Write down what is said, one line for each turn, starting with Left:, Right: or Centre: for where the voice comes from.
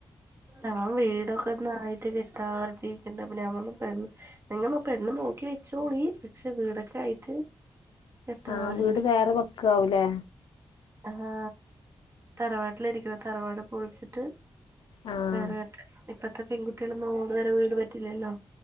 Right: ആൻ വീടൊക്കെ ഒന്നായിട്ട് കെട്ടാർഞ്ഞിട്ടിരിക്ക്ണ്ട് അപ്പം ഞാൻ പർഞ്ഞു പെണ്ണ് നിങ്ങമ്മ പെണ്ണ് നോക്കി വെച്ചോളി പക്ഷെ വീടൊക്കെ ആയിട്ട് കെട്ടാവരുണ്ട്
Left: ആഹ് വീട് വേറെ വെക്ക ആവൂലേ
Right: ആഹ് തറവാട്ടില ഇരിക്കണ തറവാട് പൊളിച്ചിട്ട്
Left: ആ ആ
Right: വേറെ കെട്ട ഇപ്പത്തെ പെൺകുട്ടികളൊന്നും ഓട് വരെ വീട് പറ്റില്ലല്ലോ